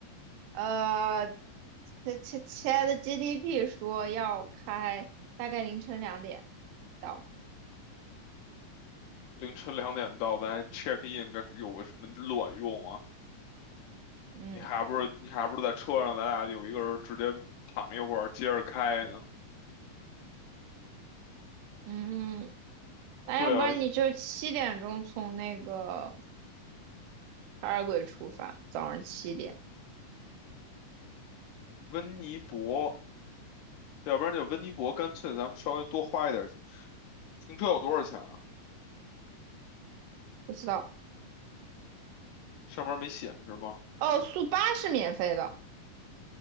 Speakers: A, on the right; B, on the left.
A: 呃，亲切切的 GDP 说要开大概凌晨两点到，
B: 凌晨两点到，咱 check in 该有个什么卵用啊？
A: 嗯。
B: 你还不如你还不如在车上，咱俩有一个人直接躺一会儿，接着开呢？
A: 嗯，那要不然你就七点钟从那个
B: 对啊，也
A: 海尔鬼出发，早上七点，
B: 温尼伯，要不然就温尼伯，干脆咱们稍微多花一点儿。停车有多少钱啊？
A: 不知道。
B: 上面没显示吗？
A: 哦，速八是免费的，